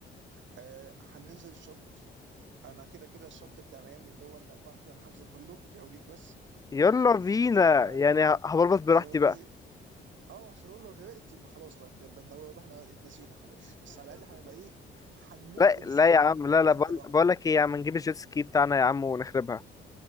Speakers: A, on the right (about 70°); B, on the left (about 15°).
A: آه هننزل الشط انا كده كده الشط بتاع ميامي اللي هو الاربعه كيلو انا حاجزه كله لو ليك بس
B: يلا
A: ممكن برضه
B: بينا
A: في اتنين تاني هيجوا معانا
B: يعني هبلبط براحتي
A: عشان برضه
B: بقى
A: إيه- اه عشان برضه لو غرقت يبقى خلاص بقى يبقى إحنا- يبقى احنا اتنسينا خلاص بس على الاقل هنبقى ايه هنموت
B: لا
A: ان
B: لا
A: ستايل
B: يا عم لا
A: لو
B: لا بقول
A: انت لوحدك
B: بقول لك ايه يا عم نجيب الجيت سكي بتاعنا يا عم ونخربها